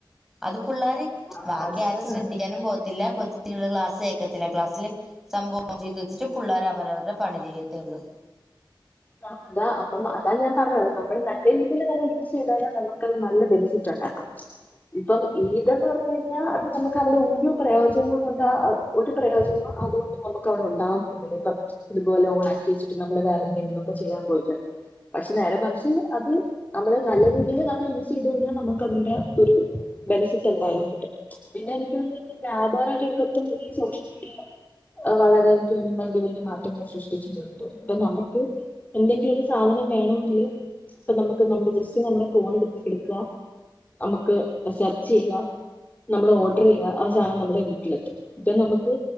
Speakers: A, in the centre; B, on the left (about 20°).
A: അത് പിള്ളാര്
B: ആ
A: ബാക്കി
B: അത് ശരിയാണ്
A: ആരും ശ്രദ്ധിക്കാനും പോവത്തില്ല കൊച്ചങ്ങടെ ക്ലാസ് കേക്കത്തില്ല ക്ലാസ്സില് സംഭവം ഓൺ ചെയ്തു വെച്ചിട്ട് പിള്ളേര് അവവരുടെ പണി ചെയ്യ് തേള്ളൂ
B: ആ അതാ അപ്പം അതാ ഞാൻ പറഞ്ഞത് നമ്മള് നല്ല രീതിലത് നമ്മള് യൂസ് ചെയ്താല് നമുക്കത് നല്ല ബെനിഫിറ്റ് ഉണ്ടാക്കും ഇപ്പം ഇതെന്ന് പറഞ്ഞു കഴിഞ്ഞാ അത് നമുക്ക് അവിടെ ഒരു പ്രയോജനവും കൊണ്ട് ഒരു പ്രയോജനവും അതുകൊണ്ട് നമുക്ക് അവിടെ ഉണ്ടാവാൻ പോകില്ല ഇപ്പം ഇതുപോലെ ഓണ ആക്കി വെച്ചിട്ട് നമ്മള് വേറെ എന്തെലൊക്കെ ചെയ്യാൻ പോയി കയിഞ്ഞു പക്ഷെ നേരെ മറിച്ച് അത് നമ്മള് നല്ല രീതിയിൽ നമ്മൾ യൂസ് ചെയ്ത് കഴിഞ്ഞാൽ നമുക്ക് അതിന്റെ ഒരു ബെനിഫിറ്റ് എന്തായാലും കിട്ടും പിന്നെ എനിക് തോന്നത് ഈ വ്യാപാര രംഗത്തും ഈ സോഷ്യൽ മീഡിയ വളരെ എനിക്ക് തോന്ന് വലിയ വലിയ മാറ്റങ്ങൾ സൃഷ്ടിച്ചിട്ടുെന്ന് തോന്നുന്നു അപ്പൊ നമുക്ക് എന്തെങ്കിലും ഒരു സാധനം വേണോങ്കില് ഇപ്പൊ നമുക്ക് നമ്മടെ ജസ്റ്റ് നമ്മുടെ ഫോണ് എടുത്ത് എടുക്കുക നമുക്ക് സെർച്ച് ചെയ്ക നമ്മൾ ഓർഡർ ചെയ്ക ആ സാധനം നമ്മുടെ വീട്ടിലെത്തും ദെൻ നമുക്ക്